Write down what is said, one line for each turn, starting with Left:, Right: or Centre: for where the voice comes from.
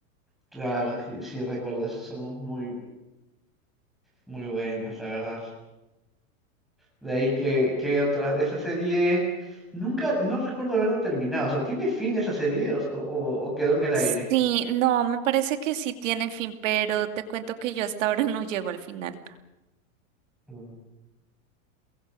Centre: Claro que sí recuerdo, esos son muy, muy buenos, la verdad. De ahí que, que otra, esa serie, nunca, no recuerdo haberla terminado. O sea, ¿tiene fin esa serie o, o- o quedó en el aire?
Right: Sí, no, me parece que sí tiene fin, pero te cuento que yo hasta ahora <laughs> no llego al final.
Centre: Mm.